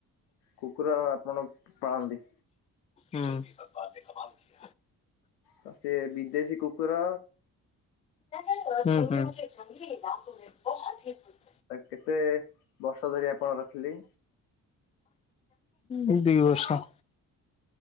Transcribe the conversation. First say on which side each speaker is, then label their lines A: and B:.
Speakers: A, on the left (about 85°); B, on the left (about 15°).
A: କୁକୁର ଆପଣ ପାଳନ୍ତି?
B: ହୁଁ। ମାଆଉସିଙ୍କ ମାଆଉସି
A: ତ ସେ ବିଦେଶୀ କୁକୁର।
B: ହୁଁ ହୁଁ।
A: ଆ କେତେ ବର୍ଷ ଧରି ଆପଣ ରଖିଲି?
B: ଦୁଇ ବର୍ଷ।